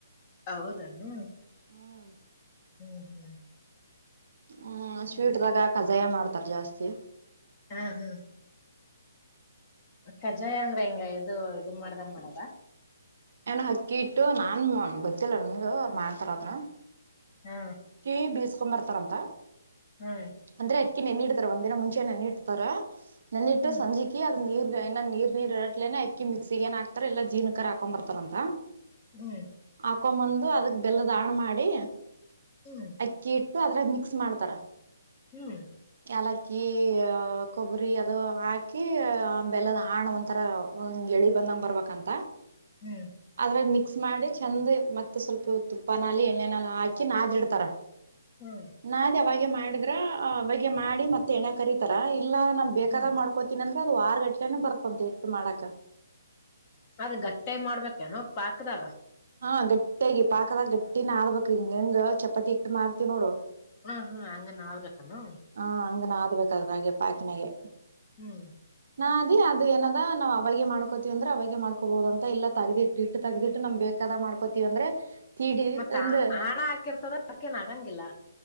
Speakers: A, on the left (about 20°); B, on the right (about 55°).
A: ಹೌದನ್ನು
B: ಹ್ಮ್
A: ಹ್ಮ್- ಹ್ಮ್
B: ಹ್ಮ-
A: ಹ್ಮ್
B: ಸ್ವೀಟ ದಾಗ ಕಜಾಯ ಮಾಡ್ತಾರ ಜಾಸ್ತಿ.
A: ಹ್ಮುಂ -ಹು ಕಖ್ಜಾಯ ಅಂದ್ರೆ ಹಿಂಗ ಇದು ಇದು ಮಾಡದಂಗ್ ಮಾಡದ‌.
B: ಏನೋ ಅಕ್ಕಿ ಇಟ್ಟು ನಾನು <unintelligible> ಗೊತ್ತಿಲ್ಲ ನನಗೆ ಅವ್ರು ಮಾಡ್ತಾರೋ ಆದ್ರ.
A: ಹ್
B: ಕೆ ಬಿಸ ಕೊ ಬರ್ತರ ಅಂತ.
A: ಹ್ಮ್
B: ಅಂದ್ರೆ ಅಕ್ಕಿ ನೆನ್ನಿಡ್ತಾರ ಒಂದಿನ ಮುಂಚೆ ನೆನ್ನಿಡ್ತಾರ ನೆನ್ನಿಟ್ಟು
A: ಹ್ಮ್
B: ಸಂಜೆ. ಅಕ್ಕಿ ಅದ್ ನೀರ್ ಇನ್ನ ನೀರ್ ನೀರ್ ಇರಟ್ಲೇನೆ ಅಕ್ಕಿ ಮಿಕ್ಸಿ ಏನ್ ಹಾತರೆ ಇಲ್ಲ ಜೀನಕರ್ ಹಾಕೊಂಡ್ ಬರ್ತಾರ ಅಂತ.
A: ಹ್ಮ್
B: ಹಾಕೊಂಬಂದು ಅದಕ್ ಬೆಲ್ಲದ ಹಾಣ ಮಾಡಿ.
A: ಹ್ಮ್
B: ಅಕ್ಕಿಹಿಟ್ಟು ಅದ್ರಗ ಮಿಕ್ಸ್ ಮಾಡ್ತಾರ.
A: ಹ್ಮ್
B: ಏಲಕ್ಕಿ ಕೊಬ್ಬರಿ ಅದು ಹಾಕಿ ಬೆಲ್ಲದ ಹಾಣ ಒಂಥರ. ಇಂಗೆ ಎಳಿ ಬಂದಂಗ ಬರ್ಬೇಕಂತ.
A: ಹ್ಮ್
B: ಅದ್ರಾಗ ಮಿಕ್ಸ್ ಮಾಡಿ ಚೆಂದ ಮತ್ತೆ ಸ್ವಲ್ಪ ತುಪ್ಪನಾಲೆ ಎಣ್ಣನಾಲೇ ಹಾಕಿ. ಹಾಕಿ ನಡಾಯಿಡ್ತಾರ.
A: ಹ್ಮ್
B: ನಾದಿ ಅವಾಗ ಮಾಡಿದ್ರ ಅವಾಗೆ ಮಾಡಿ ಮತ್ತೆ ಎಣೆಲ್ಲಿ ಕರೀತಾರ ಇಲ್ಲಾ ನಾ ಬೇಕಾದಾಗ
A: ಹ್ಮ್
B: ಮಾಡ್ಕೋತಿನಿ. ಏನ ಅಂದ್ರೆ ಅದು ವಾರಗಟ್ಲೆೇಲೇನು ಬರ್ತಂತ ಹಿಟ್ಟು ಮಾಡಕ್.
A: ಅದ ಗಟ್ಟೆ ಮಾಡ್ಬೇಕನೋ ಪಾಕ್ದಾಗ.
B: ಹಾ ಗಟ್ಟಿಯಾಗಿ ಪಾಕದಾಗ ಗಟ್ಟಿನ ಆಡ್ಬೇಕಕ್ ಹಿಂಗ ಹೆಂಗ್ ಚಪಾತಿ ಇಟ್ಟು ನಾದರ್ತಿ ನೋಡು.
A: ಹಾ ಹಾ ಹಂಗನ್ ನಾದಬೇಕಾ ಅದು.
B: ಹ ಹಂಗ ನಾದಬೇಕು ಹಾಗೆ ಪಾಕನಾಗೆ.
A: ಹ್ಮ್
B: ನಾದಿ ಅದ ಏನದ ನಾವ ಅವಾಗ ಮಾಡ್ಕೋತಿವಿ ಅಂದ್ರ ಅವಾಗೆ ಮಾಡ್ಕೋಬಹುದು ಅಂತ ಎಲ್ಲ ತಗದಿಟ್ಟು. ತೆಗ್ದಿಟ್ಟು ನಮ್ ಬೇಕಾದ ಮಾಡ್ಕೋತೀವಿ ಅಂದ್ರೆ. ಇಡಿ
A: ಮತ್ತ
B: ಅಂದು
A: ಆಣ ಹಾಕಿರ್ತದ ಅಕ್ಕೇನ್ ಆಗಂಗಿಲ್ಲ